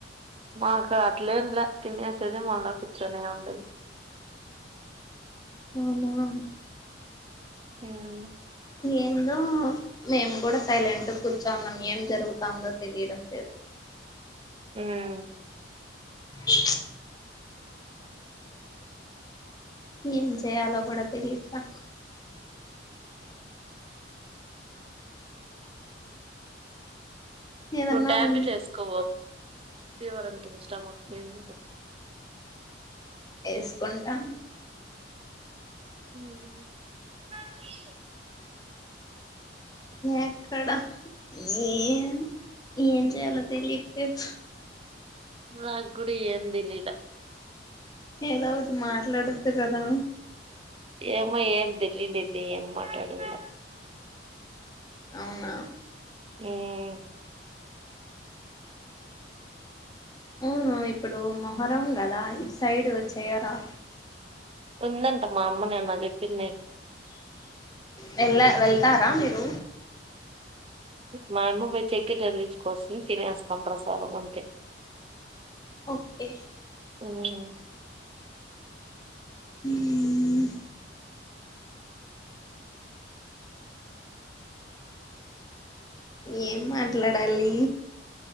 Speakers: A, on the right; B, on the left.
A: మాకు అట్లేం లే తినేసేది మనలో కూర్చొని ఉండేది
B: అవున
A: హ్మ్
B: ఏందో మేము కూడా సైలెంట్ గా కూర్చున్నాం ఏం జరుగుతాందో తెలియడం లేదు
A: హ్మ్
B: కిక్. ఏం చేయలో కూడా తెలియట్లే ఏదన్నా
A: నువ్వు టాబ్లెట్
B: ఉ
A: వేసుకో ఫీవర్ అంటివి స్టమక్ పెన్
B: ఏసుకుంటా
A: హ్మ్ కువ్.
B: ఎక్కడ ఏం ఏం చేయాలో తెలియట్లేదు
A: నాకు కూడా ఏం తెలిలే.
B: ఏదో ఒకటి మాట్లాడోచ్చు కదా.
A: ఏమో ఏం తెలియలేది ఏం మాట్లాడాలో.
B: అవునా
A: హ్మ్.
B: అవును ఇప్పుడు మొహరం కదా ఇటు సైడ్ చేయరా.
A: ఉందంటా మా అమ్మ నిన్న చెప్పింది.
B: వెళ్ లే వెళ్తారా మీరు.
A: మా యమ్మ పోయి చెక్కెట తీచ్చుకొస్తే తినేస్తాం ప్రసాదం అంతే. ఆ.
B: ఓకే.
A: హుమ్
B: ఉహూ. ఏం మాట్లాడాలి.